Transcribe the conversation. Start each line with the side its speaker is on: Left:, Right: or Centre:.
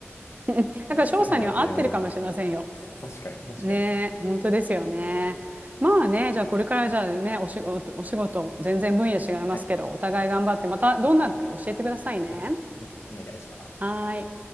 Right: だから、翔さんには合ってるかもしれませんよ。
Left: そういうのがあるとやめれないですね。確かに、確かに。
Right: ねえ、本当ですよね。まあね、じゃあこれからじゃあね、お仕事、お仕事、全然分野違いますけど、
Left: はい。
Right: お互い頑張って、またどんなのか教えてくださいね。
Left: あいや、ぜひお願いします。
Right: はーい。